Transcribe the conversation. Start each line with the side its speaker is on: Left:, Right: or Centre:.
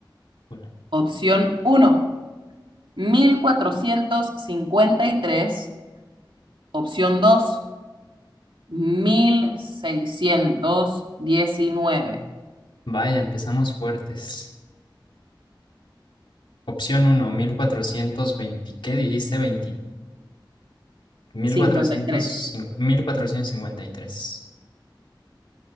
Left: Ule.
Right: Opción uno mil cuatrocientos cincuenta y tres Opción dos mil seiscientos diecinueve
Left: Vaya, empezamos fuertes. Opción uno, 1420. ¿Qué dijiste? Veinte, mil
Right: cincuenta
Left: mil cuatrocientos
Right: y tres
Left: cincuenta, mil cuatrocientos cincuenta y tres.